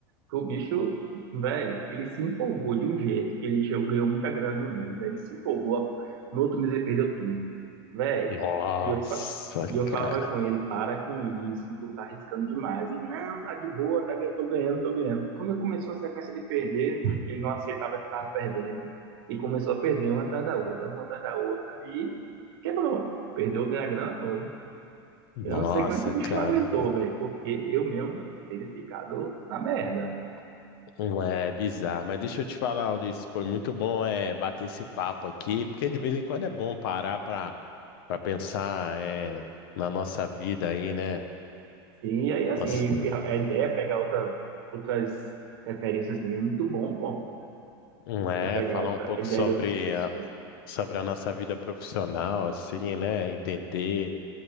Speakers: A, on the right (about 65°); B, on the left (about 65°).
A: Porque o bicho, velho, ele se empolgou de um jeito que ele chegou, ganhou muita grana em um mês. Aí ele se empolgou, no outro mês ele perdeu tudo. Velho,
B: Nossa,
A: e eu, fa- e eu
B: cara.
A: falava com ele, para com isso, tu tá arriscando demais. E não, tá de boa, tá, gan- tô ganhando, tô ganhando. Quando ele começou a sequência de perder, ele não aceitava que tava perdendo. E começou a perder uma atrás da outra, uma atrás da outra, e quebrou. Perdeu a minha grana toda.
B: Nossa,
A: Eu não sei como é que o bicho
B: cara.
A: aguentou, velho, porque eu mesmo teria ficado na merda.
B: Um É bizarro, mas deixa eu te falar, Ulisses, foi muito bom é, bater esse papo aqui, porque de vez em quando é bom parar para para pensar é, na nossa vida aí, né?
A: Sim, e aí assim,
B: Nossa,
A: e a a ideia é pegar outra, outras referências também, é muito bom, pô.
B: hum, é,
A: Você pegar
B: falar
A: outra,
B: um pouco
A: a ideia
B: sobre
A: de outras pessoas.
B: a,
A: né?
B: sobre a nossa vida profissional, assim, né? Entender,